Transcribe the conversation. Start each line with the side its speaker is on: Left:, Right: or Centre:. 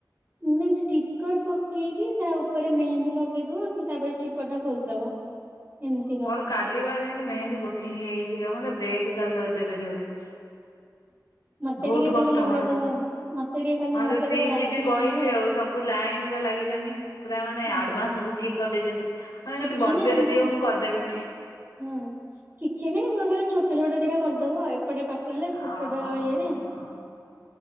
Right: ନାଇ ଷ୍ଟିକର ପକେଇକି ତା ଉପରେ ମେହେନ୍ଦୀ ଲଗେଇଦବ ସେ ତାପରେ ଷ୍ଟିକର ଟା ଖୋଲିଦବ। ନିମତିଗା।
Left: ମୋର କାଲି ବା ଯେମିତି ମେନ୍ଦୀ ବୁକିଂ ହେଇଛି କାଇଁ ମତେ ବ୍ରେକ୍ କାଲି ଦେବେନି ବୋଧେ।
Right: ମତେ
Left: ବହୁତ
Right: ଟିକେ କାଲି
Left: କଷ୍ଟ
Right: ଲଗେଇଦବା
Left: ମୋର।
Right: ମତେ ଟିକେ କାଲି
Left: ହଁ
Right: ଲଗେଇଦବ
Left: ଯେ ଫ୍ରି
Right: ରାତିରେ
Left: ଥିବି କହିବି
Right: ନହଲେ ଆଉ।
Left: ସବୁ ଲାଇନ ବା ଲାଗିଛନ୍ତି। ପୁରା ମାନେ
Right: ହୁଁ,
Left: ଆଡଭାନ୍ସ ବୁକିଂ କରିଦେଇଛନ୍ତି। ମାନେ
Right: କିଛି
Left: ଖାଲି ବଜେଟ
Right: ନାଇଁ ଆମର
Left: ଦିଅ ମୁଁ କରିଦେବି।
Right: ହଁ କିଛି ନାଇଁ ମୁଁ ଖାଲି ଛୋଟ ଛୋଟ ଦିଟା କରିଦବ ଏପଟେ ପାପୁୁରେ ସେପଟ
Left: ଅ
Right: ଇଏରେ
Left: ହଁ